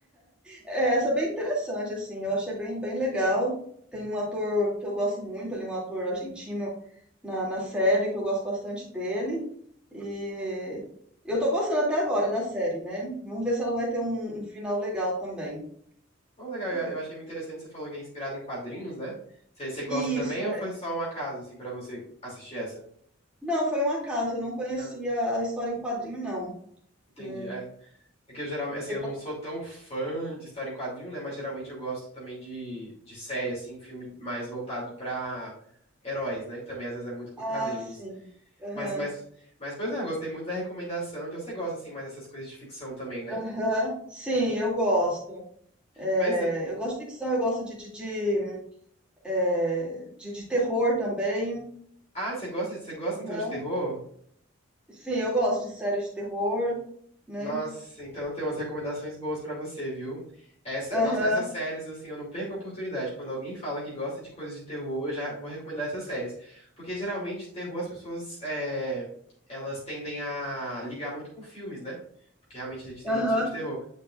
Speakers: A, in the centre; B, on the left (about 30°).
A: É, essa é bem interessante, assim, eu achei bem, bem legal. Tem um ator que eu gosto muito ali, um ator argentino na, na série, que eu gosto bastante dele. E eu tô gostando até agora da série, né? Vamos ver se ela vai ter um, um final legal também.
B: Bom, legal, eu,
A: né?
B: eu achei muito interessante, você falou que é inspirado em quadrinhos, né? Você você gosta
A: Isso,
B: também ou foi
A: é.
B: só um acaso, assim, pra você assistir essa?
A: Não, foi um acaso, eu não conhecia
B: Ah,
A: a história em quadrinho, não,
B: entendi.
A: né?
B: É. É que eu geralmente, assim,
A: Sei
B: eu
A: que-
B: não sou tão fã de história em quadrinho, né? Mas geralmente eu gosto também de, de série, assim, filme mais voltado pra heróis, né? Que também às vezes é muito com quadrinhos.
A: Ah, sim. Aham.
B: Mas, mas, mas, pois é, eu gostei muito da recomendação. Então você gosta, assim, mais dessas coisas de ficção também, né?
A: Aham. Sim, eu gosto. É,
B: Pois é.
A: eu gosto de ficção, eu gosto de, de, de É, de, de terror também.
B: Ah, você gosta, você gosta
A: Aham.
B: então de terror?
A: Sim, eu gosto de séries de terror, né?
B: Nossa, então tem umas recomendações boas pra você, viu? Essa,
A: Aham,
B: nossa, essas séries, assim, eu não perco a oportunidade. Quando alguém fala que gosta de coisas de terror, eu já vou recomendar essas séries. Porque geralmente, terror, as pessoas, é, elas tendem a ligar muito com filmes, né? Porque realmente a gente tem
A: aham,
B: muitos filmes de terror.